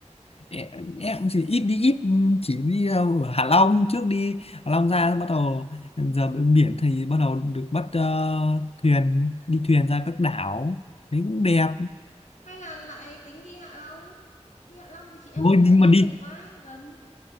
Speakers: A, on the left (about 55°); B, on the left (about 85°).
A: em em chỉ ít đi ít chỉ đi ờ, ở Hạ Long trước đi Hạ Long ra bắt đầu giờ bên biển thì bắt đầu được bắt ờ, thuyền đi thuyền ra các đảo đấy cũng
B: Ừ.
A: đẹp
B: hay là lại tính đi Hạ Long đi Hạ Long thì chị em
A: thôi
B: mình lại
A: nhưng
B: đi
A: mà đi
B: tiện quá gần